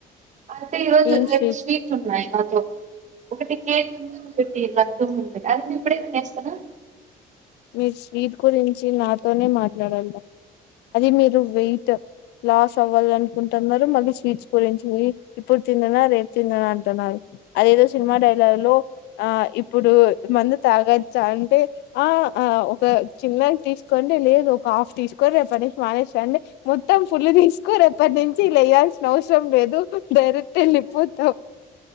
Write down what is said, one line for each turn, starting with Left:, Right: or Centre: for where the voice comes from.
Right: అంటే ఈ రోజు
Left: ఏం
Right: రెండు
Left: స్వీట్
Right: స్వీట్లు ఉన్నాయి నాతో ఒకటి కేక్ ఉంది ఒకటి లడ్డు ఉంది అన్ని ఇప్పుడే తినేస్తానా
Left: మీరు స్వీట్ గురించి నాతోనే మాట్లాడాల అది మీరు వెయిట్ లాస్ అవ్వాల అనుకుంటున్నారు మళ్ళీ స్వీట్స్ గురించి ఇప్పుడు తిననా రేపు తిననా అంటున్నారు అదేదో సినిమా డైలాగ్ లో ఆ ఇప్పుడు మందు తాగచ్చా అంటే ఆ ఆ ఒక చిన్నది తీసుకోండి లేదు ఒక హాఫ్ తీసుకొని రేపటి నుంచి మానేసెయ్యండి మొత్తం ఫుల్ తీసుకో రేపటి నుంచి వేయాల్సిన అవసరం లేదు డైరెక్ట్ వెళ్ళిపోతాం